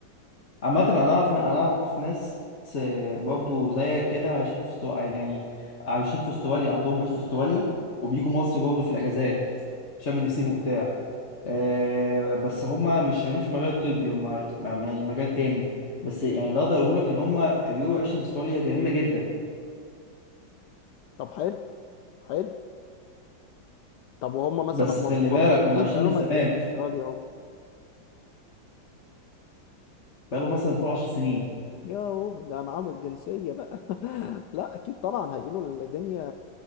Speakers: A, on the left; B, on the left.
A: عامه انا اعرف انا اعرف ناس آه، برضو زيك كده عايشين في استراليا يعني عايشين في استراليا عندهم بيت في استراليا وبيجوا مصر برضو في الاجازات شم النسيم وبتاع آه، بس هما مش شغالين في المجال الطبي هما م- م- يعني مجال تاني بس يعني اللي اقدر اقوله لك ان هما بيقولوا عيشة في استراليا جميلة جدا
B: طب حلو حلو طب وهم مثلا
A: بس
B: مب-
A: خلي
B: مبسوطين
A: بالك هما عايشين
B: بقالهم
A: من زمان
B: قد ايه في استراليا هم
A: بقالهم مثلا فوق 10 سنين
B: ياهو ده معاهم الجنسية بقى <laughs> لا اكيد طبعا هيقولوا الدنيا